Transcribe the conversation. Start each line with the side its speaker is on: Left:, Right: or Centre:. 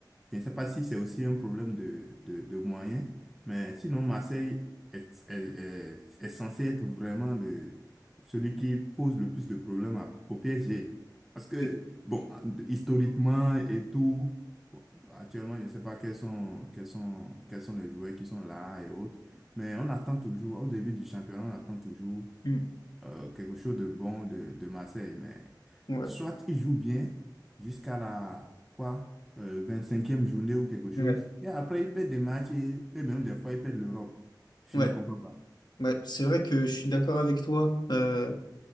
Centre: Je ne sais pas si c'est aussi un problème de, de, de moyens, mais sinon, Marseille est, est, est, est censé être vraiment le, celui qui pose le plus de problèmes à- au PSG. Parce que,
Left: Mm,
Centre: bon, historiquement et tout, bon, actuellement, je ne sais pas quels sont, quels sont, quels sont les joueurs qui sont là et autres, mais on attend toujours, au début du championnat, on attend toujours
Left: mm,
Centre: euh, quelque chose de bon de, de Marseille. Mais
Left: Ouais,
Centre: soit il joue bien jusqu'à la quoi, euh, 25e journée ou quelque chose,
Left: ouais,
Centre: et après il perd des matchs et, et même des fois il perd l'Europe. Je
Left: ouais.
Centre: ne comprends pas.
Left: Ouais, c'est vrai que je suis d'accord avec toi. euh,